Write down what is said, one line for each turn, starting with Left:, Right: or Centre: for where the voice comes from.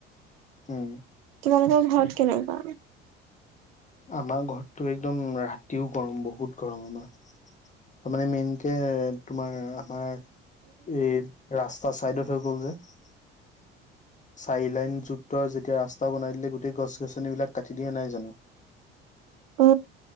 Left: হম
Right: তোমালোকৰ ঘৰত কেনেকুৱা
Left: আমাৰ ঘৰতটো একদম ৰাতিও গৰম বহুত গৰম আমাৰ তাৰ মানে মেইনকে তোমাৰ আমাৰ এই ৰা পোৰা চাইডত হৈ গ'ল যে চাৰলাইনযুক্ত যেতিয়া ৰাস্তা বনাই দিলে গোটেই গছ গছনিবিলাক কাটি দিয়া নাই জানো
Right: অ